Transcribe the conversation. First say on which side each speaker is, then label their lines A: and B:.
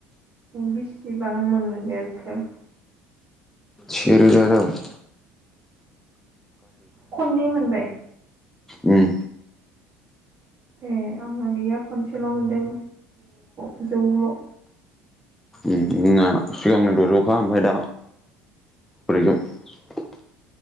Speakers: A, on the right; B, in the centre.
A: बेसिबां मोनगोरखोर
B: सेेरो दादबाय
A: <inaudible> खननै मोनबाय
B: ओम
A: ए आंना गैया खनसेल' मोनदों द'जौ <unintelligible>
B: ओम ओं आ सिगांनो द'जौखा ओमफफ्राय दा प्रगन <unintelligible>